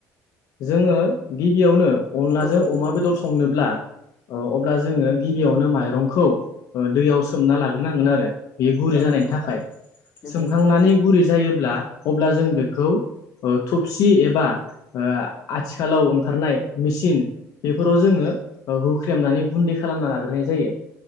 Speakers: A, on the left; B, on the left.
A: जोङो गिबियावनो अनलाजों
B: औ नंगौ
A: अमा
B: नोंथां
A: बेदर संनोब्ला ओ अब्ला जोङो गिबियावनो माइरंखौ ओ दैयाव सोमना लाग्रोनांगोन आरो। बेयो गुरै
B: औ
A: जानायनि
B: औ
A: थाखाय
B: नंगौ
A: सोमखांनानै
B: नंगौ
A: गुरै जायोब्ला अब्ला जों बेखौ ओ थबसि एबा ओ आथिखालाव ओंखारनाय मिसिन बेफोराव जोङो ओ होख्रेमनानै गुन्दै खालामना लाग्रोनाय जायो।